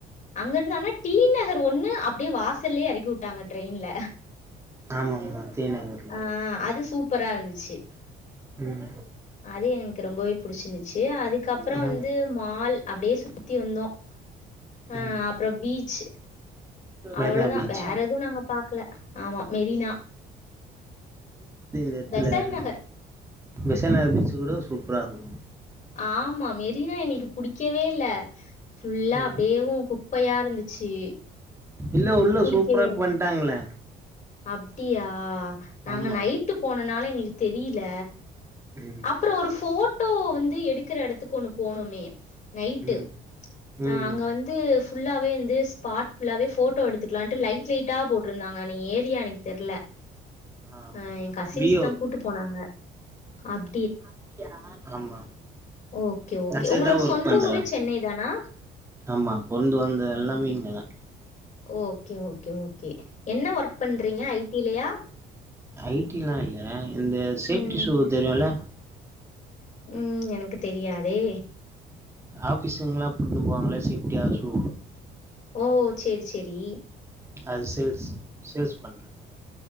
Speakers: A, on the left; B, on the right.
A: அங்க இருந்து ஆனா டி நகர் ஒண்ணு அப்டே வாசல்லே எறக்கி விட்டாங்க ட்ரெயின்ல
B: ஆமா ஆமா டி நகர்ல
A: ஆஹ் அது சூப் பரா இருந்துச்சு
B: ம்
A: அதே எனக்கு ரொம்பவே புடிச்சிருந்துச்சு அதுக்கப்பறோ
B: ஆ
A: வந்து மால் அப்டே சுத்தி வந்தோ ஆஹ்
B: ம்
A: அப்பறோ பீச்சு அவ்ளோதான்
B: மெரினா பீச்
A: வேற எதுவு நாங்க பாக்கல ஆமா மெரினா
B: டெத்துல
A: பெசல்
B: எட
A: நகர்
B: பெசனகர் பீச்சு கூட னும் சூப்பரா இருக்கூ
A: ஆமா மெர் ரீனா எங்களுக்கு புடிக்கவே இல்ல ஃபுல்லா
B: ம்
A: அப்டியேவு கு ப்பையா இருந்துச் சி
B: இல்ல உள்ள
A: புடிக்கவே
B: சூப்பரா
A: இல
B: பண்ட்டாங்களே
A: அப்டியா நாங்க
B: ஆமா
A: நைட்டு போனனால எங்களுக் கு தெரில
B: ம்
A: அப்பறோ ஒரு போ ட்டோ வந்து எடுக்குற எடத்துக்கு ஒண்ணு போனோமே நைட்டு
B: ம் ம்
A: ஆஹ் அங்க வந்து ஃபுல்லாவேந்து ஸ்பாட் ஃபுல்லாவே போட்டோ எடுத்துக்கலான்ட்டு லைட் லைட் டா போட்ருந்தாங்க நீ <unintelligible> க்கு தெர்ல
B: ஆ
A: அஹ் என் கசின்ஸ்தா
B: வி
A: கூட்டு போனாங்க அப்
B: ப்டியா ஆமா
A: ஓகே ஓகே
B: டெக்ஸ்டைல்
A: உங்களோட
B: தா ஒர்க்
A: சொந்த
B: பண்றே
A: ஊரே சென்னை தானா
B: ஆமா பொற்ந்து வளந்தது எல்லாமே இங்கதா
A: ஓகே ஓகே ஓகே என்ன ஒர்க் பண்றீங்க ஐடிலயா
B: ஐடி எல்லா இல்ல இந்த சேஃப்ட்டி
A: ம்
B: ஷூ தெரியுல்ல
A: ம் எனக்கு தெரியாதே
B: ஆஃபிஸுங்ல்லா போட்டுன்னு போவாங்களே சேப்டியா ஷூ
A: ஓ சேரி சேரி
B: அது சேல்ஸ் சேல்ஸ் பண்றே